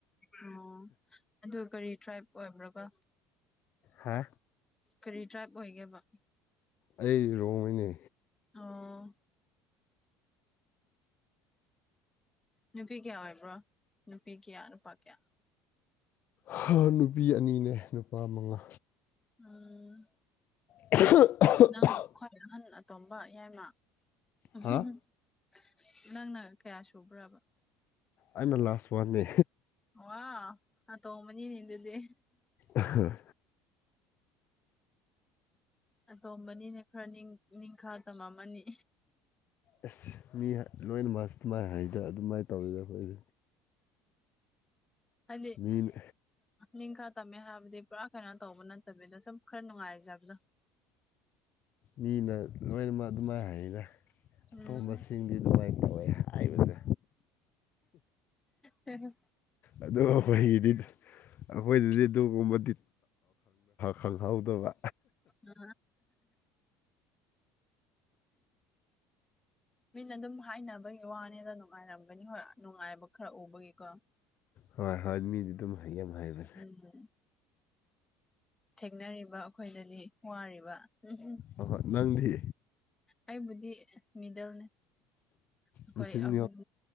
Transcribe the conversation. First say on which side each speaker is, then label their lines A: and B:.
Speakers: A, on the left; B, on the left.
A: ꯑꯣ ꯑꯗꯨꯒ ꯀꯔꯤ ꯇ꯭ꯔꯥꯏꯞ ꯑꯣꯏꯕ꯭ꯔꯥ ꯀꯣ
B: ꯍꯥ
A: ꯀꯔꯤ ꯇ꯭ꯔꯥꯏꯞ ꯑꯣꯏꯒꯦꯕ
B: ꯑꯩ ꯔꯣꯡꯃꯩꯅꯦ
A: ꯑꯣ ꯅꯨꯄꯤ ꯀꯌꯥ ꯑꯣꯏꯕ꯭ꯔꯣ ꯅꯨꯄꯤ ꯀꯌꯥ ꯅꯨꯄꯥ ꯀꯌꯥ
B: ꯍꯥ ꯅꯨꯄꯤ ꯑꯅꯤꯅꯦ ꯅꯨꯄꯥ ꯃꯉꯥ
A: ꯎꯝ
B: <unintelligible>
A: ꯅꯪꯅ ꯈ꯭ꯋꯥꯏ ꯑꯍꯟ ꯑꯇꯣꯝꯕ ꯌꯥꯏꯃ <unintelligible>
B: ꯍꯥ
A: ꯅꯪꯅ ꯀꯌꯥ ꯁꯨꯕ꯭ꯔꯕ
B: ꯑꯩꯅ ꯂꯥꯁ ꯋꯥꯟꯅꯦ꯫
A: ꯃꯥ ꯑꯇꯣꯃꯅꯤꯅꯗꯗꯤ꯫
B: ꯑꯍ
A: ꯑꯇꯣꯝꯕꯅꯤꯅ ꯈꯔ ꯅꯤꯡꯈꯥ ꯇꯝꯃꯝꯃꯅꯤ꯫
B: ꯑꯁ ꯃꯤ ꯂꯣꯏꯅ ꯃꯁ ꯑꯗꯨꯃꯥꯏꯅ ꯍꯩꯗ ꯑꯗꯨꯃꯥꯏꯅ ꯇꯧꯋꯤꯗ ꯑꯩꯈꯣꯏ
A: ꯑꯥ
B: ꯃꯤꯅ
A: ꯅꯤꯡꯈꯥ ꯇꯝꯃꯦ ꯍꯥꯏꯕꯗꯤ ꯄꯨꯔꯥ ꯀꯩꯅꯣ ꯇꯧꯕ ꯅꯠꯇꯕꯤꯗ ꯁꯨꯝ ꯈꯔ ꯅꯨꯡꯉꯥꯏꯖꯕꯗꯣ
B: ꯃꯤꯅ ꯂꯣꯏꯅꯃꯛ ꯑꯗꯨꯃꯥꯏ ꯍꯥꯏꯔ
A: ꯎꯝ
B: ꯇꯣꯝꯕꯁꯤꯡꯗꯤ ꯑꯗꯨꯃꯥꯏꯅ ꯇꯧꯋꯦ ꯍꯥꯏꯕꯗꯦ꯫
A: ꯍꯦꯍꯦ
B: ꯑꯗꯣ ꯑꯩꯈꯣꯏꯗꯤ꯫ ꯑꯩꯈꯣꯏꯗꯗꯤ ꯑꯗꯨꯒꯨꯝꯕꯗꯤ ꯈꯪꯍꯧꯗꯕ
A: <unintelligible> ꯃꯤꯅ ꯑꯗꯨꯝ ꯍꯥꯏꯅꯕꯒꯤ ꯋꯥꯅꯤꯗ ꯅꯨꯡꯉꯥꯏꯔꯝꯒꯅꯤ ꯍꯣꯏ ꯅꯨꯡꯉꯥꯏꯕ ꯈꯔ ꯎꯕꯒꯤꯀꯣ
B: ꯍꯣꯏ ꯍꯣꯏ ꯃꯤꯗꯤ ꯑꯗꯨꯝ ꯍꯌꯦꯡ ꯍꯥꯏꯅꯦ꯫
A: ꯎꯝ ꯊꯦꯡꯅꯔꯤꯕ ꯑꯩꯈꯣꯏꯗꯗꯤ ꯋꯥꯔꯤꯕ ꯎꯝꯍꯨꯝ
B: ꯍꯣꯏ ꯍꯣꯏ ꯅꯪꯗꯤ
A: ꯑꯩꯕꯨꯗꯤ ꯃꯤꯗꯜꯅꯦ꯫ ꯑꯩꯈꯣꯏ
B: ꯃꯦꯆꯤꯟ
A: ꯑꯍꯨꯝ